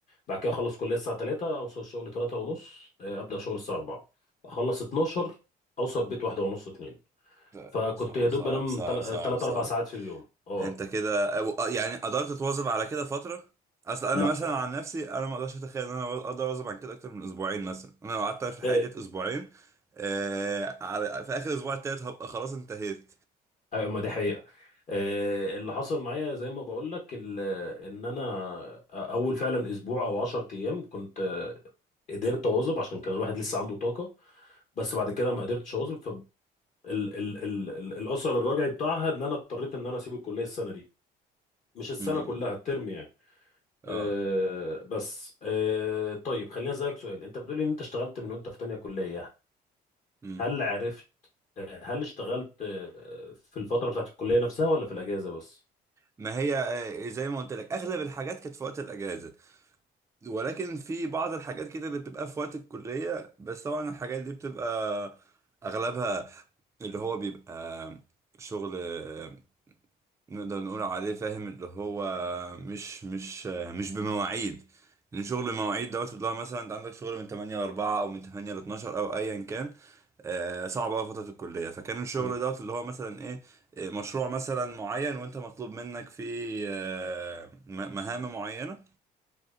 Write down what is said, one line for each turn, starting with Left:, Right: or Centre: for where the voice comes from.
Left: بعد كده اخلص كليه الساعه 3 اوصل الشغل 3 ونص آه، ابدا شغل الساعه 4 اخلص 12 اوصل البيت 1 ونص 2
Right: ده
Left: فكنت
Right: صعب
Left: يا دوب
Right: صعب
Left: بنام
Right: صعب صعب
Left: 3
Right: صعب
Left: 4 ساعات في اليوم اه
Right: انت كده أو- آه، يعني قدرت تواظب على كده فترة اصل انا
Left: لا
Right: مثلا عن نفسي انا ما اقدرش اتخيل ان انا اقدر اواظب عن كده اكتر من اسبوعين مثلا انا لو قعدت في الحياة
Left: آه،
Right: ديت اسبوعين آه على... في اخر اسبوع التالت هبقى خلاص انتهيت
Left: آه، ما دي حقيقه آه، اللي حصل معايا زي ما بقول لك ال- ان انا اول فعلا اسبوع او 10 ايام كنت آه، قدرت اواظب عشان كان الواحد لسه عنده طاقه بس بعد كده ما قدرتش اواظب فال ال ال ال الاثر الراجعي بتاعها ان انا اضطريت ان انا اسيب الكليه السنه دي مش السنه
Right: امم
Left: كلها الترم يعني
Right: اه
Left: أه بس أه طيب خليني اسالك سؤال انت بتقولي ان انت اشتغلت من وانت في تانية كلية
Right: امم
Left: هل عرفت هل اشتغلت أه، في الفترة بتاعت الكلية نفسها ولا في الاجازة بس
Right: ما هي آه، زي ما قلت لك اغلب الحاجات كانت في وقت الاجازة ولكن في بعض الحاجات كده اللي بتبقى في وقت الكلية بس طبعا الحاجات دي بتبقى أغلبها اللي هو بيبقى شغل آه، نقدر نقول عليه فاهم اللي هو مش مش آه، مش بمواعيد لأن شغل مواعيد دوت اللي هو مثلا أنت عندك شغل من 8 ل 4 أو من 8 ل 12 أو أيا كان آه، صعب أوي فترة الكلية فكان الشغل
Left: مم.
Right: دوت اللي هو مثلا إيه آه، مشروع مثلا معين وأنت مطلوب منك فيه آه، م- مهام معينة